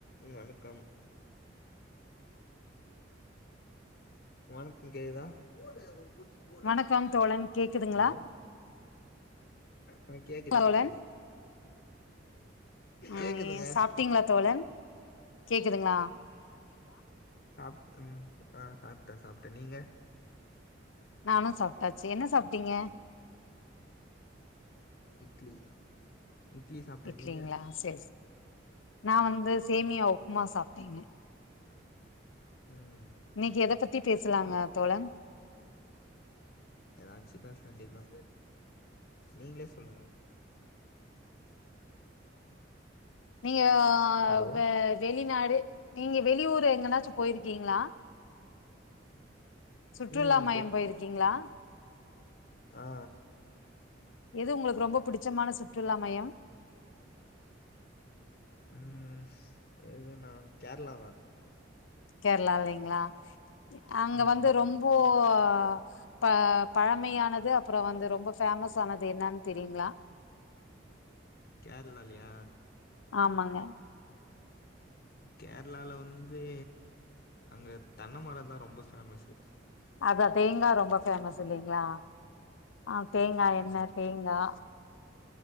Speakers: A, on the left; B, on the left.
A: ம் வணக்கம் வணக்கம் கேக்குதா பொட்டி போடு
B: வணக்கம்
A: அவனுக்கு
B: தோழன் கேக்குதுங்களா
A: ஹலோ ஆ கேக்குது
B: தோழன்
A: கேக்குது
B: ம்
A: கேக்குதுங்க
B: சாப்ட்டீங்களா தோழன் கேக்குதுங்ளா
A: சாப்டன் ஆ சாப்ட்ட சாப் த நீங்க
B: நானு சாப்ட்டாச்சு என்ன சாப்ட்டீங்க
A: இட்லி இட்லி சாப்ட்டே
B: இட்லிங்ளா
A: நீங்க
B: சேர்ஸ் நா வந்து சேமியாவு உமா சாப்ட்டேங்கெ
A: ம்
B: நீக்கி எத பத்தி பேசுலாங்க
A: ஓக்
B: தோழன்
A: ஏதாச்சு பேஸ் வேண்டியதா நீங்ளே சொல்லுங்க
B: நீங்க அ
A: ஹலோ
B: வெ வெளிநாடு நீங்க வெளியூர் எங்கனாச்சு போய்ருக்கீங்ளா சுற்றுலா
A: ம்
B: மயம் போயிருக்கீங்ளா
A: அ அ
B: எது உங்களுக்கு ரொம்ப புடிச்சமான சுற்றுலா மய்யோ
A: ம் எதுனா கேர்ளா தா
B: கேர்ளா இல்லைங்ளா அங்க
A: ம்
B: வந்து
A: ம்
B: ரொம்போ ஆ ப பழமையானது அப்புறோ வந்து ரொம்ப பேமஸ் ஆனது என்னானு தெரியுங்ளா
A: கேர்ளாலயா
B: ஆமாங்க
A: கேர்ளால வந்து அங்க தென்ன மரொந்தா ரொம்ப ஃபேமஸு
B: அதா தேங்கா ரொம்ப ஃபேமஸ் இல்லிங்களா ஆ தேங்கா எண்ண
A: ஆமா
B: தேங்கா